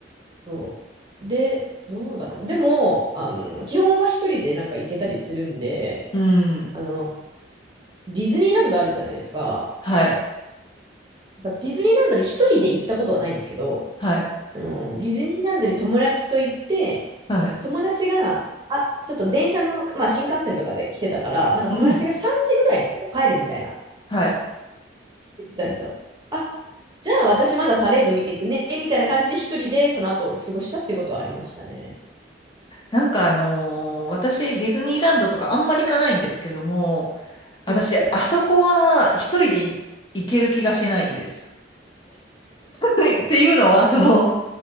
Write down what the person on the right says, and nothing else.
そう。で、どうだろうな。でも、あの、基本は一人でなんか行けたりするんで、
あの、ディズニーランドあるじゃないですか。
だディズニーランドに一人で行ったことはないんですけど、
あの、ディズニーランドに友達と行って、
友達が、あ、ちょっと電車の、まあ新幹線とかで来てたから、なんか友達が3時ぐらいに帰るみたいな
言ってたんですよ。あ、じゃあ私まだパレード見てくね、みたいな感じで一人でその後を過ごしたっていうことはありましたね。
うんうん。